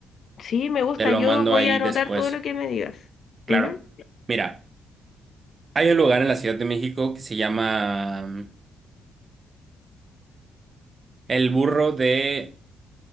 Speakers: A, on the left; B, on the right.
A: Sí, me gusta.
B: Te lo
A: Yo
B: mando
A: voy
B: ahí
A: a anotar
B: después.
A: todo lo que me digas.
B: Claro.
A: Ujú.
B: Mira, hay un lugar en la Ciudad de México que se llama mm, El Burro de